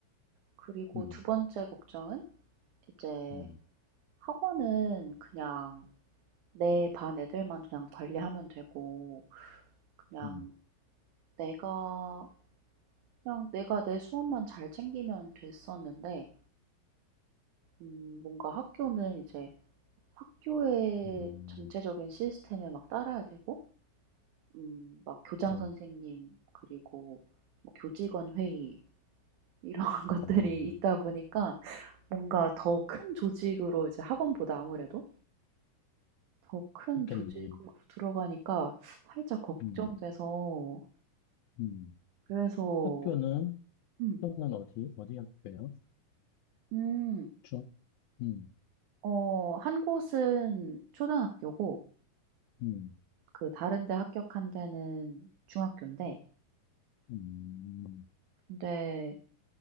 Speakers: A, on the right; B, on the left.
A: 그리고
B: 음,
A: 두 번째 걱정은 이제
B: 음,
A: 학원은 그냥 내 반 애들만 그냥 관리하면 되고 그냥
B: 음,
A: 내가 그냥 내가 내 수업만 잘 챙기면 됐었는데 음 뭔가 학교는 이제 학교의
B: 음,
A: 전체적인 시스템에 막 따라야 되고 음 막 교장
B: 그럼,
A: 선생님 그리고 뭐 교직원 회의 이런 <laughs> 것들이
B: 음,
A: 있다 보니까 뭔가 더 큰 조직으로 이제 학원보다 아무래도 더 큰
B: 그렇겠네.
A: 조직으로 들어가니까 살짝 걱정돼서
B: 음, 음.
A: 그래서
B: 학교는,
A: 음.
B: 학교는 어디, 어디 학교요
A: 음.
B: 중, 음,
A: 어 한 곳은 초등학교고
B: 음,
A: 그 다른 데 합격한 데는 중학교인데
B: 음,
A: 근데